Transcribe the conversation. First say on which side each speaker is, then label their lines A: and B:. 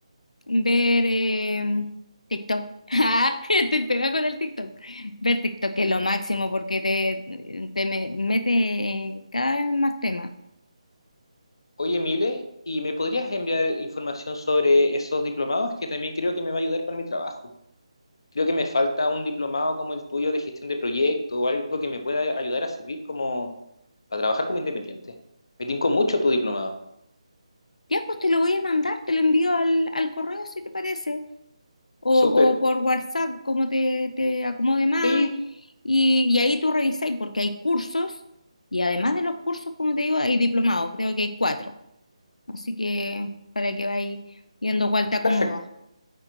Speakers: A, on the left; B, on the left.
A: ver eh, TikTok. <laughs> Ah, estoy pega con el TikTok. Ver TikTok es lo máximo porque te, te me- mete eh, cada vez más temas.
B: Oye, Mile, ¿y me podrías enviar información sobre esos diplomados que también creo que me va a ayudar para mi trabajo? Creo que me falta un diplomado como el tuyo de gestión de proyecto o algo que me pueda ayudar a servir como para trabajar como independiente. Me tincó mucho tu diplomado.
A: Ya, pues te lo voy a mandar, te lo envío al, al correo si te parece, o,
B: Súper.
A: o por WhatsApp, como te, te acomode más.
B: Sí,
A: Y, y ahí tú revisáis porque hay cursos y además de los cursos, como te digo, hay diplomados, creo que hay cuatro. Así que para que vayas viendo cuál te acomoda.
B: perfecto.